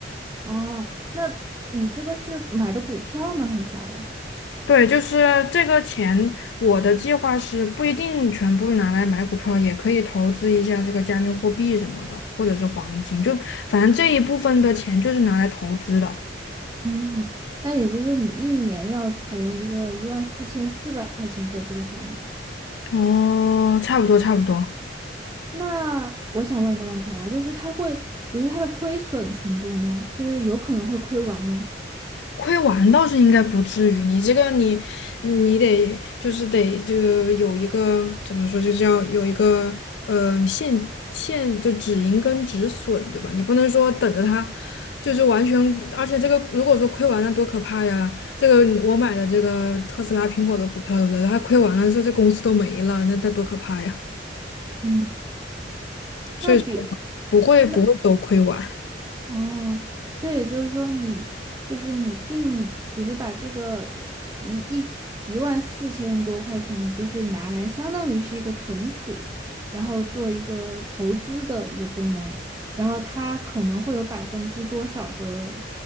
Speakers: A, on the right; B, on the left.
A: 哦，那你这个是买的股票吗？还是啥的？
B: 对，就是这个钱，我的计划是不一定全部拿来买股票，也可以投资一下这个加密货币什么的，或者是黄金，就反正这一部分的钱就是拿来投资的。
A: 嗯，那也就是说你一年要投一个一万四千四百块钱在这个上面。
B: 哦，差不多差不多。
A: 那我想问一个问题啊，就是它会，比如说它的亏损程度呢，就是有可能会亏完吗？
B: 亏完倒是应该不至于，你这个你你得就是得这个有一个怎么说，就是要有一个呃现现就止盈跟止损，对吧？你不能说等着它就是完全，而且这个如果说亏完了多可怕呀！这个我买的这个特斯拉、苹果的股票，对不对？它亏完了，说这公司都没了，那那多可怕呀！
A: 嗯，
B: 所以说
A: 那比如。
B: 不会不会都亏完。
A: 那。哦，所以就是说你，就是你定，比如说把这个一一一万四千多块钱，你就是拿来相当于是一个存储，然后做一个投资的一个功能，然后它可能会有百分之多少的，